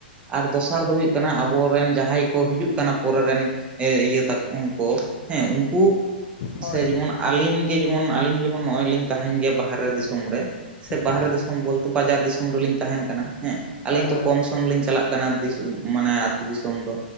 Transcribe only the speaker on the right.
ᱟᱨ ᱫᱚᱥᱟᱨ ᱫᱚ ᱦᱩᱭᱩᱜ ᱠᱟᱱᱟ ᱟᱵᱚᱨᱮᱱ ᱡᱟᱦᱟᱸᱭ ᱠᱚ ᱦᱤᱡᱩᱜ ᱠᱟᱱᱟ ᱯᱚᱨᱮ ᱨᱮᱱ ᱮ ᱤᱭᱟᱹ ᱛᱟᱠᱚ ᱚᱝᱠᱚ ᱦᱮᱸ ᱩᱱᱠᱩ
ᱥᱮ ᱡᱮᱢᱚᱱ ᱟᱞᱤᱧ ᱜᱮ ᱡᱮᱢᱚᱱ ᱟᱞᱤᱧ ᱡᱮᱢᱚᱱ ᱱᱚᱸᱜᱼᱚᱭ ᱞᱤᱧ ᱛᱟᱦᱮᱸᱱ ᱜᱮ ᱵᱟᱦᱟᱨᱮ ᱫᱤᱥᱚᱢ ᱨᱮ ᱥᱮ ᱵᱟᱦᱟᱨᱮ
ᱫᱤᱥᱚᱢ ᱵᱚᱞ ᱵᱟᱡᱟᱨ ᱫᱤᱥᱚᱢ ᱨᱮᱞᱤᱧ ᱛᱟᱦᱮᱸᱱ ᱠᱟᱱᱟ, ᱦᱮ ᱟᱞᱤᱧ
ᱛᱚ ᱠᱚᱢ ᱠᱚᱢ ᱞᱤᱧ ᱪᱟᱞᱟᱜ ᱠᱟᱱᱟ ᱫᱤᱥ ᱢᱟᱱᱮ ᱟᱛᱩ ᱫᱤᱥᱚᱢ ᱫᱚ